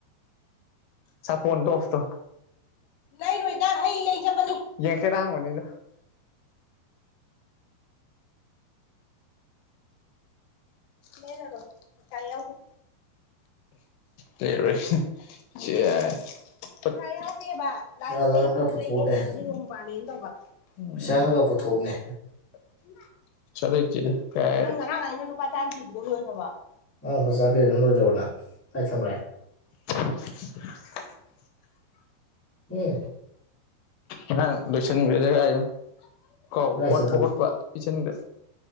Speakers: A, on the left; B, in the centre.
A: ꯁꯥꯄꯣꯟ ꯗꯣꯐꯇꯣ ꯂꯩꯔꯣꯏꯗ ꯍꯩ ꯂꯩ ꯆꯠꯄꯅꯤ ꯌꯦꯡꯀꯦꯔꯥꯡ ꯍꯪꯕꯅꯤꯗ ꯂꯩꯔꯔꯣꯢ ꯄꯩꯁꯥ ꯌꯥꯎꯗꯦ ꯂꯩꯔꯣꯏ ꯌꯥ ꯄꯩꯁꯥ ꯌꯥꯎꯗꯦꯕ
B: ꯄꯩꯁꯥꯗꯣ
A: ꯂꯥꯏ ꯍꯩ
B: ꯅꯪ
A: ꯈꯤꯇ
B: ꯈꯔ ꯄꯨꯊꯣꯛꯎꯅꯦ
A: ꯂꯩꯒꯦ ꯍꯌꯦꯡꯗꯤ ꯅꯣꯡ ꯄꯥꯂꯦꯅ ꯇꯧꯕ ꯎꯝ
B: ꯆꯪꯉꯒ ꯄꯨꯊꯣꯛꯎꯅꯦ
A: <unintelligible>
B: ꯉꯔꯥꯡ ꯂꯨꯄꯥ ꯆꯥ ꯄꯤꯕ ꯂꯣꯢꯒ꯭ꯔꯕꯣ ꯅꯪ ꯀꯥꯢ ꯊꯝꯒ꯭ꯔꯦ
A: <inaudible>
B: <inaudible>
A: ꯉꯥꯡ ꯂꯣꯢꯁꯟꯒ꯭ꯗꯦꯗ ꯀꯥꯢꯗꯩꯅꯣ
B: ꯀꯗꯥꯏ ꯆꯠꯇ
A: <unintelligible>